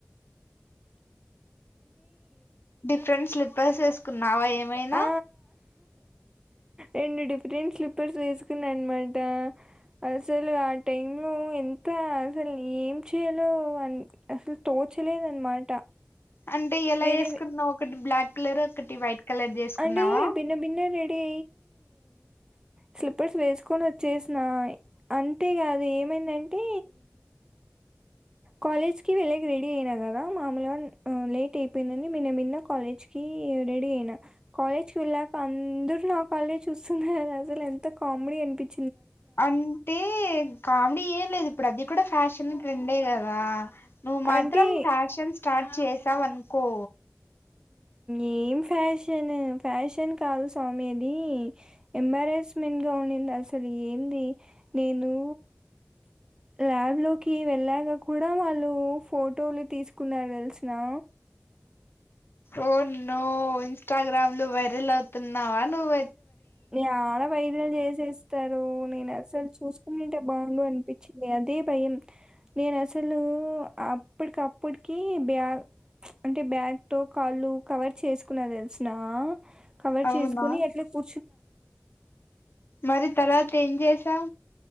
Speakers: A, on the left; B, on the right.
A: డిఫరెంట్ స్లిపర్స్ వేసుకున్నా నావా ఏమైనా
B: ఆ! రెండు డిఫరెంట్ స్లిప్పర్స్ వేసుకున్నా అనమాట అసలు ఆ టైమ్లో ఎంత త అసలు చలో అ అసలు తోచలేదనమాట
A: అంటే ఎలా
B: వేరేవి
A: వేసుకున్నావ్ ఒకటి బ్లాక్ కలర్ ఒకటి వైట్ కలర్ చేసుకున్నావా
B: అంటే బిన్న బిన్న రె అయ్యి స్లిప్పర్స్ వేసుకొని వచ్చేసిన అంటే ఇగ అదేమైందంటే కాలేజ్ కి వెళ్ళాకా రెడీ అయిన కదా మామూలుగా లేట్ అయిపోయిందని మెల్ల మెల్లగా కాలేజ్ కి రెడీ అయిన కాలేజ్కి వెళ్ళాక అందరు నా కాళ్ళే చూస్తున్నారు అసలు ఎంత కామెడీ అనిపించి
A: అంటే కామెడీ ఏం లేదు ఇప్పుడు అది కూడా ఫ్యాషన్ ట్రెండే కదా ఆ నువ్ మాత్రం
B: అంటే
A: ఫ్యాషన్స్ స్టార్ట్ చేసా వన్కో
B: ఏం ఫ్యాషన్ ఫ్యాషన్ కాదు స్వామి అది ఎంబారెస్మెంట్ గా ఉంది అసలు ఏంది నేనూ ల్యాబ్ లో కి వెళ్ళాక కూడా వాళ్ళు ఫోటోలు తీసుకున్నారు తెలుసునా
A: ఓ నో ఇన్స్టాగ్రామ్లు వైరల్ అవుతున్నావా నువ్వు
B: ఏడ వైరల్ చేసేస్తారు నేను అసలు చూసుకుంటంటే బాగుండు అనిపించింది అదే భయం నేను అసలు అప్పటికప్పటికి బ్యాగ్ అంటే బ్యాగ్తో కాళ్ళు కవర్ చేసుకున్న తెలుసునా కవర్
A: అవునా
B: చేసుకుని అట్లా కు
A: మరి తర్వాత ఏం చేసాం